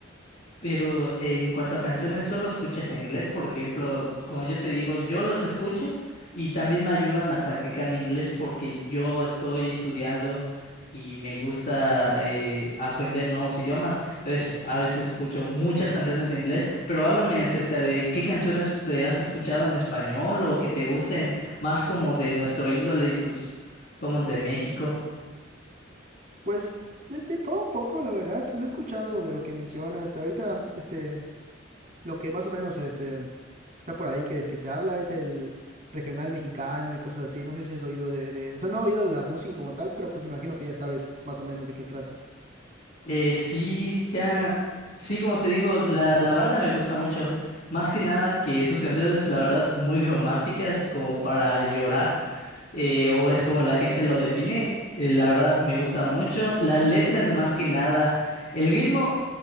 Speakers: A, on the left (about 55°); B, on the right (about 45°).
A: Pero eh, en cuanto a canciones, solo escuchas en inglés, por ejemplo, como yo te digo, yo los escucho y también me ayudan a practicar mi inglés porque yo estoy estudiando y me gusta eh, aprender nuevos idiomas. Entonces, a veces escucho muchas canciones en inglés, pero háblame acerca de qué canciones eh, has escuchado en español o que te gusten más como de nuestro índole, pues somos de México.
B: Pues de, de todo un poco, la verdad. Entonces he escuchado de lo que mencionas. Ahorita, este, Lo que más o menos este, está por ahí que, que se habla es el regional mexicano y cosas así. No sé si has oído de, de- O sea, no he oído la música como tal, pero pues me imagino que ya sabes más o menos de qué trata.
A: Eh, sí, ya, sí, como te digo, la, la banda me gusta mucho. Más que nada que sus canciones, la verdad, muy románticas, como para llorar, eh, o es como la gente lo define. eh, la verdad, me gusta mucho. Las letras, más que nada, el ritmo,